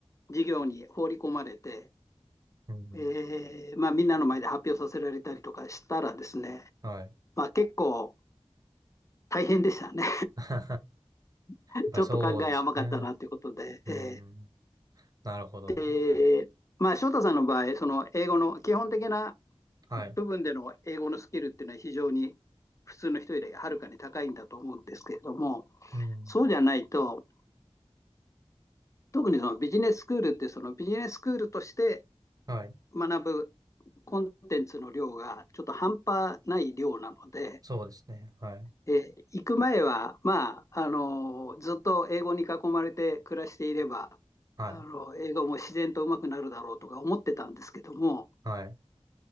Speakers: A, on the left; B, on the right.
A: 事業に放り込まれて、
B: うん。
A: えーまあ、みんなの前で発表させられたりとかしたらですね、
B: はい。
A: まあ、結構大変でしたね。
B: <laughs> や
A: <laughs>
B: っぱりそうですよね。
A: ちょっと考え甘かったなということで、
B: うーん。
A: え
B: なるほど。
A: ーえーまあ、翔太さんの場合、その英語の基本的な
B: はい。
A: 部分での英語のスキルっていうのは非常に普通の人よりはるかに高いんだと思うんですけれども、
B: うん。
A: そうじゃないと、特にそのビジネススクールってそのビジネススクールとして
B: はい。
A: 学ぶコンテンツの量がちょっと半端ない量なので、
B: そうですね。はい。
A: えー行く前は、まあ、あのーずっと英語に囲まれて暮らしていれば、
B: はい。
A: あの、英語も自然と上手くなるだろうとか思ってたんですけども、
B: はい。